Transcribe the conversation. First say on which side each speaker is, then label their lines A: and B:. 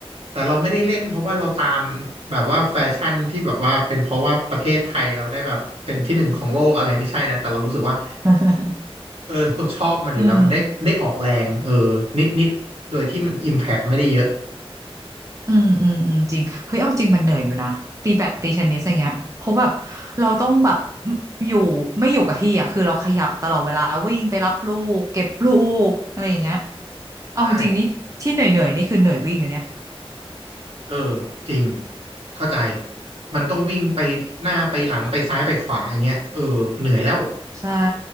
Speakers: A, on the right; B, on the right.
A: แต่เราไม่ได้เล่นเพราะว่าเราตามแบบว่าแฟชั่นที่แบบว่าเป็นเพราะว่าประเทศไทยเราได้แบบเป็นที่หนึ่งของโลกอะไรไม่ใช่นะแต่เรารู้สึกว่า
B: <laughs>
A: เออเราชอบมันอยู่แล้วมันได้ได้ออกแรงเออนิดนิดโดยที่มันอิมแพ
B: อืม
A: t ไม่ได้เยอะ
B: อืมอืมอืมจริงเฮ้ยเอาจริงมันเหนื่อยอยู่นะตีแบดตีเทนนิสอย่างเงี้ยเพราะแบบเราต้องแบบอยู่ไม่อยู่กับที่อ่ะคือเราขยับตลอดเวลาวิ่งไปรับลูกเก็บลูกอะไรอย่างเงี้ยเอาจริงนี่ที่เหนื่อยเหนื่อยนี่คือเหนื่อยวิ่งอันเนี้ย
A: ใช่ เออจริงเข้าใจมันต้องวิ่งไปหน้าไปหลังไปซ้ายไปขวาอย่างเงี้ยเออเหนื่อยแล้ว
B: ใช่